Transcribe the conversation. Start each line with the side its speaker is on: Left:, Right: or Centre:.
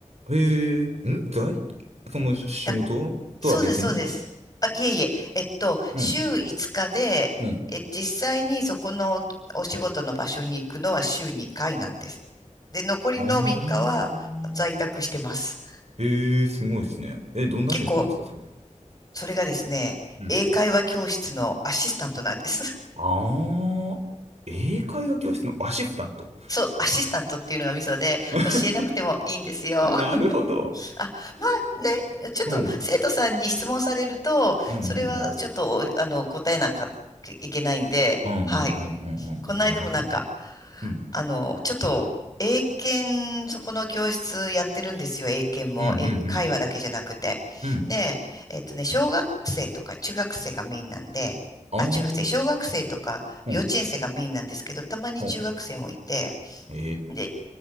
Right: へえー、ん在その仕事とは別に
Left: だ、そうです、そうです。あ、いえいえ、えっと、
Right: うん。
Left: 週5日で、
Right: うん。
Left: え、実際にそこのお仕事の場所に行くのは週2回なんです。で、残りの3日は在宅してます。
Right: ああ。ええ、すごいですね。え、どんな仕事なんですか、
Left: 結構、
Right: それ。
Left: それがですね、
Right: うん。
Left: 英会話教室のアシスタントなんです。
Right: ああ。英会話教室のアシスタント。
Left: <laughs> そう、アシスタントっていうのがミソで、
Right: <laughs>
Left: 教えなくてもいいんですよ。
Right: なるほど。
Left: あ、まあね、ちょっと生徒さんに質問されると、
Right: うん。うんうんうん。
Left: それはちょっと、あの、答えなきゃいけないんで、
Right: うんうんうんうんうんうん。
Left: はい。この間もなんか、
Right: なるほど、なるほど。うん。
Left: あの、ちょっと、英検、そこの教室やってるんですよ、英検も。
Right: うんうん
Left: 英会話だけじゃなくて。
Right: うん。うん。
Left: で、えっとね、小学生とか中学生がメインなんで、
Right: ああ。
Left: あ、中学生、小学生とか幼稚園生がメインなんですけど、
Right: うん。
Left: たまに中学生もいて、
Right: ほう。え
Left: で、